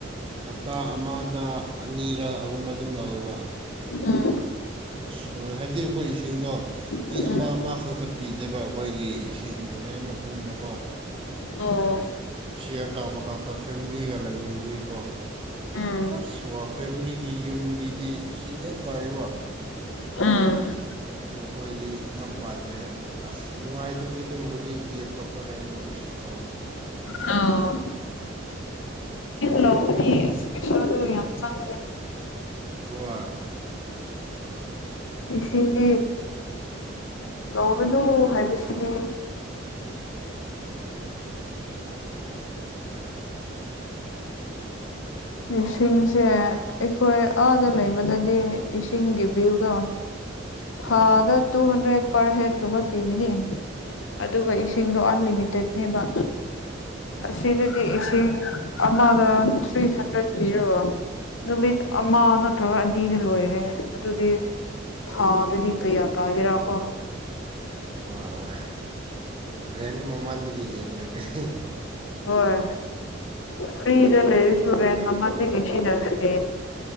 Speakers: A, on the right; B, on the left.
A: ꯍꯞꯇꯥ ꯑꯃꯗ ꯑꯅꯤꯒ ꯑꯍꯨꯝꯕ ꯑꯗꯨꯝ ꯂꯧꯋꯦꯕ
B: ꯑꯥ
A: ꯑꯁ ꯂꯣꯟ ꯍꯥꯏꯕꯗꯤ ꯑꯩꯈꯣꯏ ꯏꯁꯤꯡꯗꯣ ꯃꯤ
B: ꯎꯝ
A: ꯑꯃ ꯑꯃꯈꯛꯇ ꯄꯤꯗꯦꯕ ꯑꯩꯈꯣꯏꯒꯤ ꯏꯁꯤꯡ ꯔꯦꯝꯅ ꯄꯨꯟꯅꯀꯣ
B: ꯑꯣ
A: ꯁꯤꯌꯔ ꯇꯥꯕ ꯈꯛꯇ ꯐꯦꯃꯤꯂꯤꯒ ꯂꯩꯃꯤꯟꯅꯕꯒꯤꯀꯣ
B: ꯎꯝ
A: ꯑꯁ ꯋꯥ ꯐꯦꯃꯤꯂꯤꯒꯤ ꯌꯨꯝꯒꯤꯗꯤ ꯏꯁꯤꯡ ꯌꯥꯝ ꯄꯥꯏꯕ
B: ꯎꯝ
A: ꯑꯗꯨ ꯑꯩꯈꯣꯏꯗꯤ ꯌꯥꯝ ꯄꯥꯏꯗꯦ ꯑꯗꯨ ꯑꯁ ꯅꯨꯡꯉꯥꯏꯇꯕꯒꯤ ꯑꯗꯨꯝ ꯍꯧꯖꯤꯛ ꯂꯦꯞꯇꯣꯄ ꯔꯦꯟ ꯑꯗꯨꯝ ꯁꯤ ꯇꯥꯎꯟ
B: ꯑꯣ ꯂ ꯂꯧꯗꯤꯄꯤꯦꯁꯜ ꯑꯗꯨ ꯌꯥꯝ ꯆꯥꯡ
A: ꯇꯏ
B: ꯄꯁꯗꯤ ꯂꯅꯨ ꯍꯥꯏꯕꯁꯤꯗꯤ
A: ꯎꯝ
B: ꯏꯁꯤꯡꯁꯦ ꯑꯩꯈꯣꯏ ꯑꯥꯗ ꯂꯩꯕꯗꯗꯤ ꯏꯁꯤꯡꯒꯤ ꯕꯤꯜꯒꯣ ꯊꯥꯗ
A: ꯍꯣꯏ
B: ꯇꯨ ꯍꯟꯗ꯭ꯔꯦꯠ ꯄꯔ ꯍꯦꯠꯒꯨꯝꯕ ꯄꯤꯒꯅꯤ ꯑꯗꯨꯒ
A: ꯑꯥ
B: ꯏꯁꯤꯡꯗꯣ ꯑꯟꯂꯤꯃꯤꯇꯦꯠꯅꯦꯕ
A: ꯑꯥ
B: ꯑꯁꯤꯗꯗꯤ ꯏꯁꯤꯡ ꯑꯃꯒꯔꯤ ꯍꯟꯗꯛꯄꯤꯔꯣ ꯅꯨꯃꯤꯠ ꯑꯃ ꯅꯠꯇ꯭ꯔꯒ ꯑꯅꯤꯗ ꯂꯣꯏꯔꯦ ꯑꯗꯨꯗꯤ ꯊꯥꯗ ꯊꯀꯩ ꯌꯥꯇꯥꯒꯔꯥꯀꯣ
A: ꯍꯣꯏ ꯍꯣꯏ ꯔꯦꯟ ꯃꯃꯥꯡꯗꯒꯤ ꯍꯟꯈ꯭ꯔꯛꯀꯅꯤ
B: ꯍꯣꯏ ꯐ꯭ꯔꯤꯗ ꯂꯩꯔꯁꯨ ꯔꯦꯟ ꯃꯃꯟꯗꯤ ꯀꯩ ꯁꯤꯅ ꯍꯦ